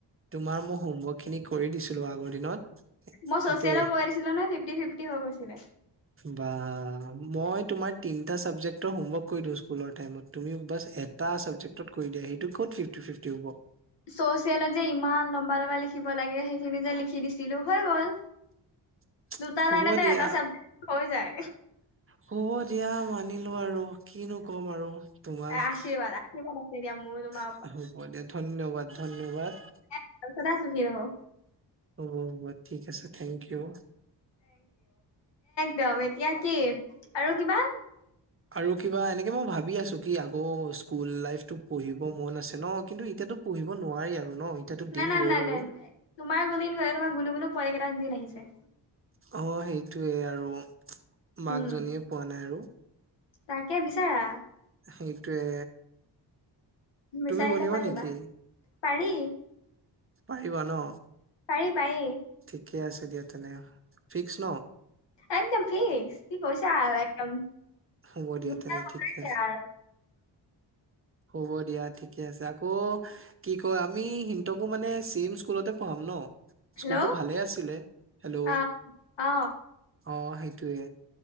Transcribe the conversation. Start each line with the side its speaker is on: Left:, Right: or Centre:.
Right: তোমাৰ মো হোমৱৰ্ক খিনি কৰি দিছিলোঁ, আগৰ দিনত।
Left: মই ছ'চিয়েলত
Right: এতিয়া
Left: পঢ়ি দিছিলোঁ নহয়, ফিফটি- ফিফটি হৈ গৈছিলে।
Right: বা! মই তোমাৰ তিনিটা ছাবজেক্টৰ হোমৱৰ্ক কৰি দিওঁ, স্কুলৰ টাইমত। তুমি বা এটা ছাবজেক্ট কৰি দিয়ে সেইটো কত ফিফটি ফিফটি হ'ব
Left: চ'চিয়েলত যে ইমান লম্বা লম্বা লিখিব লাগে সেইখিনি যে লিখি দিছিলো হৈ গল
Right: <inaudible>
Left: দুটা
Right: শুব
Left: লাইনতে
Right: দিয়া
Left: এটা চাবজেক্ট হৈ যায়
Right: শুব দিয়া মানিলো আৰু কিনো কম আৰু তোমাক
Left: আশীৰ্বাদ আশীৰ্বাদ আছে দিয়া মোৰো তোমাৰ
Right: শুব দিয়া ধন্যবাদ ধন্যবাদ
Left: এয়া ওচতে আছোহি ৰ
Right: অ ঠিক আছে থেংক ইউ।
Left: দিম এতিয়া কি আৰু কিবা
Right: আৰু কিবা এনেকে মই ভাবি আছো। কি আকৌ স্কুল লাইফতো পঢ়িব মন আছে ন কিন্তু এতিয়াতো পঢ়িব নোৱাৰি আৰু। ন এতিয়াতো দিন
Left: না না
Right: গ'ল
Left: না
Right: আৰু
Left: দে তোমাৰ গোলিন গয় তোমাৰ গুলো গুলো পোৱালিকেইটাক দিন আহিছে।
Right: অ সেইটোৱে আৰু মাকজনীয়ে
Left: উম
Right: পোৱা নাই আৰু।
Left: তাকে বিচাৰা
Right: সেইটোয়ে
Left: বিচাৰিলে
Right: তুমি বনিবা
Left: পাই
Right: নেকি?
Left: যাবা পাৰি।
Right: পাৰিবা ন।
Left: পাৰি পাৰি
Right: ঠিকে আছে দিয়া তেনে ফিক্স ন?
Left: একদম ফিক্স কি কৈছা একদম।
Right: হ'ব দিয়া
Left: ধুনীয়া
Right: তেনে
Left: বনাইছে
Right: ঠিকে আছে
Left: আৰু
Right: হ'ব দিয়া। ঠিকে আছে আকৌ কি কয় আমি সিন্তকো মানে চিম স্কুলতে পঢ়াম ন? স্কুলতটো
Left: হেল্ল'
Right: ভালে আছিলে, হেল্ল'
Left: অ অ
Right: অ সেইটোৱে